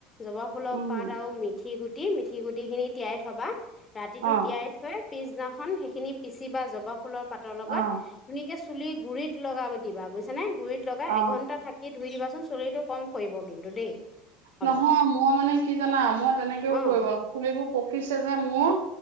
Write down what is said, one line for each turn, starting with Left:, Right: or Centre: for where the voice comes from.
Left: জবা ফুলৰ
Right: উম।
Left: পাত আৰু মিথি গুটি, মিথি গুটিখিনি তিয়াই থ'বা, ৰাতিটো
Right: অ
Left: তিয়াই থৈ পিছদিনাখন সেইখিনি পিচিবা জবা ফুলৰ পাতৰ লগত
Right: অ
Left: ধুনীয়াকে চুলিৰ গুৰিত লগাই দিবা বুজিছানে, গুৰিত লগাই
Right: অ।
Left: এঘন্টা থাক কি ধুই দিবাচোন চুলিটো কম সৰিব কিন্তু দেই।
Right: নহয়,
Left: অলপ
Right: মই মানে কি জানা? মই তেনেকেও
Left: অঁ
Right: কৰিব আৰু চুলিবোৰ পকিছে যে মোৰ।